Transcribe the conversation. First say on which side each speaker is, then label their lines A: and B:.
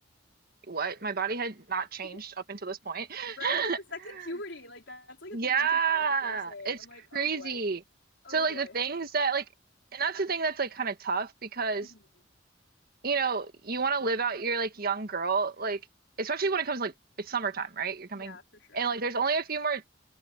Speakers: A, on the right; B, on the left.
A: what? My body had not changed
B: <laughs>
A: up until this point. <laughs>
B: Right? It's like the second puberty. Like that's like
A: Yeah,
B: a thing on TikTok people are saying.
A: it's
B: I'm like,
A: crazy.
B: oh boy, oh
A: So like
B: boy.
A: the things that like and that's the thing that's like kind of tough because
B: hmm
A: you know, you want to live out your like young girl like especially when it comes like it's summertime, right? You're coming
B: Yeah, for sure,
A: and like there's
B: for sure.
A: only a few more